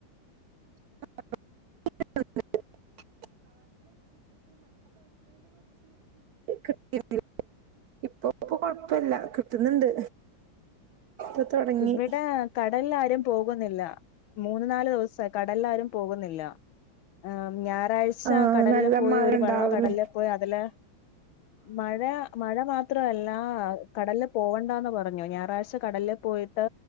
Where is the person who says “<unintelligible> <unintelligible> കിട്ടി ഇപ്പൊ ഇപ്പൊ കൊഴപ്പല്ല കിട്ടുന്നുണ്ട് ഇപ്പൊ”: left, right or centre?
Right